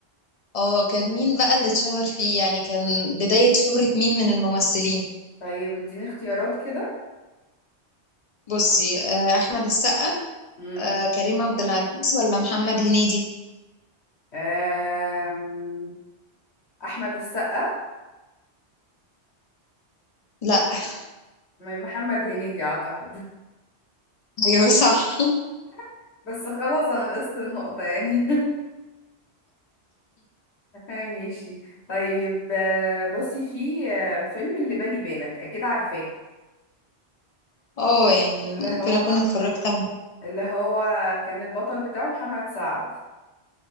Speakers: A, on the left; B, on the left.
A: اه كان مين بقى اللي اتشهر فيه يعني كان بداية شهرة مين من الممثلين
B: طيب اديني اختيارات كده
A: بصي آه أحمد السقا
B: مم.
A: آه كريم عبد العزيز ولا محمد هنيدي
B: آم، أحمد السقا
A: لا <laughs>
B: م- محمد هنيدي أعتقد
A: ايوه صح
B: <laughs> بس خلاص أنا نقصت النقطة يعني <laughs> ماشي طيب آه، بصي في آه، فيلم اللي بالي بالك أكيد عارفاه
A: اه يعني
B: اللي هو
A: ممكن اكون اتفرجت عليه
B: اللي هو كان البطل بتاعه محمد سعد